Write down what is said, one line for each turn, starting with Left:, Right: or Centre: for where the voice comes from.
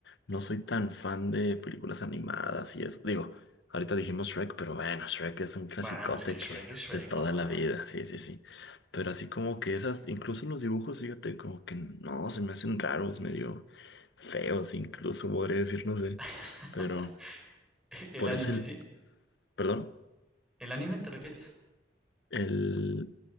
Left: no soy tan fan de películas animadas y eso. Digo, ahorita dijimos Shrek, pero bueno, Shrek es un clasicote
Centre: Bah, pues que Shrek
Left: que
Centre: es Shrek,
Left: de toda
Centre: papá.
Left: la vida, sí, sí, sí. Pero así como que esas, incluso los dibujos, fíjate, como que no, se me hacen raros, medio feos, incluso podría decir, no sé.
Centre: <laughs>
Left: Pero
Centre: El
Left: por
Centre: anime,
Left: ese,
Centre: ¿sí?
Left: perdón,
Centre: ¿El anime te refieres?
Left: el,